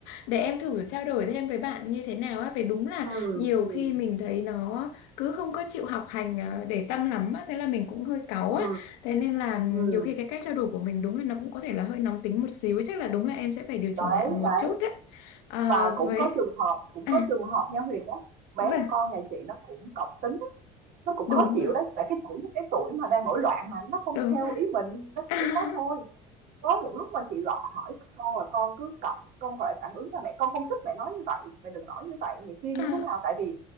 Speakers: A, on the left; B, on the right.
A: để em thử trao đổi thêm với bạn như thế nào á vì đúng là
B: ừ
A: nhiều
B: ừ
A: khi mình thấy nó cứ không có chịu học hành ờ, để tâm lắm á thế là mình cũng hơi cáu
B: ừ
A: á thế nên là nhiều
B: ừ
A: khi cái cách trao đổi của mình đúng là nó cũng có thể là hơi nóng tính một xíu chắc là đúng là em sẽ phải điều chỉnh
B: Đấy,
A: lại một
B: đấy,
A: chút á Ờ,
B: và cũng
A: với
B: có trường hợp cũng
A: à,
B: có trường hợp nha Huyền á, bé
A: vâng
B: con nhà chị nó cũng cọc tính á, nó cũng
A: đúng
B: khó chịu
A: rồi
B: đấy, tại cái tuổi cái tuổi mà đang nổi loạn mà, nó không
A: đúng
B: theo
A: rồi
B: ý mình, nó
A: <laughs>
B: theo ý đó thôi. Có những lúc mà chị gọi hỏi con là con cứ cọc, con gọi phản ứng là mẹ con không thích mẹ nói như vậy, mẹ đừng nói như vậy, vậy kia
A: à,
B: như thế nào, tại vì